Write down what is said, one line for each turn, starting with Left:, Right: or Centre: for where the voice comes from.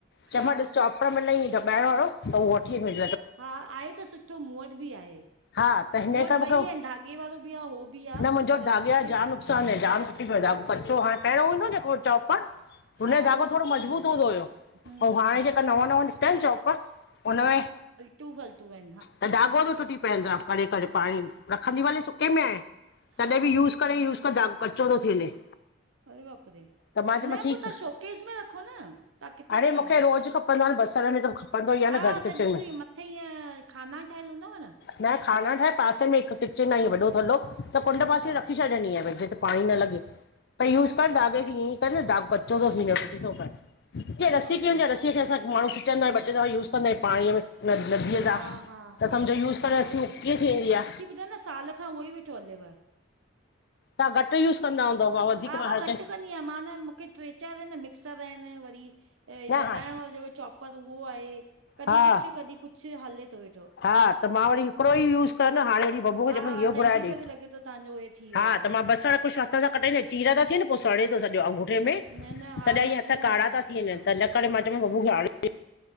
Left: चइमास
Right: हा
Left: चापर मिलई दॿाइण वारो, त उहो वठी अ <unintelligible>
Right: हा आहे त सुठो, मूं वटि बि आहे।
Left: हा त हिन
Right: मूं वटि
Left: करे मूंखे
Right: ॿई आहिनि, धागे वारो बि आहे हो बि आहे,
Left: मुंहिंजो
Right: पर
Left: धाॻे
Right: हले
Left: जा जाम चे अ न जाम टुटी पऐ, कचो हाणे, पहिरियों हो न जे को चॉपर हुनजो
Right: हा उहो
Left: धाॻो थोड़ो
Right: सुठो
Left: मज़बूत हूंदो हुयो।
Right: हम्म
Left: ऐं हाणे जेका नवां- नवां निकता आहिन चॉप हुन में
Right: तूं ब स तू व <unintelligible>
Left: त धाॻो त टुटी पवंदो आहे, करे- करे पाणी, रखंदी भले सुके में आहियां। <unintelligible>
Right: हा
Left: तॾहिं बि यूज करे यूज़ कर, धाॻो कचो तो थी वञे।
Right: अरे बाप रे <unintelligible>
Left: त मां चयोमांसि
Right: न पो
Left: ठीकु
Right: तव्हां शोकेज़ में रखो न, तव्हां किथे
Left: अड़े
Right: रखंदा
Left: मूंखे
Right: आहियो?
Left: रोज़ खपंदो आ न बसर में त खपंदो ई आ
Right: हा
Left: न घर किचन
Right: त ॾिसो
Left: में
Right: इहे मथे ईअं खाना ठहियलु हूंदव न,
Left: न खाना ठाहे पासे में हिकु किचन आ इयं वॾो थलो हिक कुंड
Right: अच्छा
Left: पासे रखी छॾंदी आं भई जिते पाणी न लॻे भई यूज़
Right: अच्छा
Left: करनि ता अॻे बि ईयंइ न न धागो कच्चो तो थी वञें टूटी तो पए, जिअं
Right: अरे
Left: रस्सी
Right: बाप
Left: किअं
Right: रे
Left: हूंदी आ रस्सी जिअं कि असां माण्हूं खिचंदाइन ॿ टे दफ़ा यूस कंदा आहियूं पाणीअ में न नदीअ
Right: हा
Left: सां
Right: हा
Left: त समझो यूस करेणि उ कीअं थी वेंदी आ,
Right: मुंहिजो न साल खां उहो ई वेठो हलेव,
Left: तव्हां घट यूस कंदा हूंदव मां वधीक
Right: हा
Left: मां हर
Right: घटि
Left: कें
Right: कंदी आं मान मूंखे ट्रे चार इन न मिक्सर आहिनि वरी ए
Left: न हा
Right: दॿाइण वारो जेको चॉपर उहो आहे, कॾहिं
Left: हा
Right: कुछु कॾहिं कुछु हले तो वेठो
Left: हा त मां वरी हिकिड़ो ई यूस कयो न, हाणे वरी बब्बू
Right: हा
Left: जेको इहो
Right: तंहिंजे
Left: घुराए ॾे,
Right: करे लॻे थो तव्हांजो हे थी वियो
Left: हा
Right: हूंदो
Left: त मां बसर कुछु हथ सां कटेईं चीर ता थियनि पो सड़े तो सॼो अंगूठो कें में
Right: न न हा
Left: सॼा
Right: नथो
Left: ईअं हथ
Right: वणे
Left: कारा
Right: हाणे
Left: ता
Right: हथ
Left: थी वञनि
Right: सां
Left: त हिन करे मां चयमि बबू खे आञें ॾे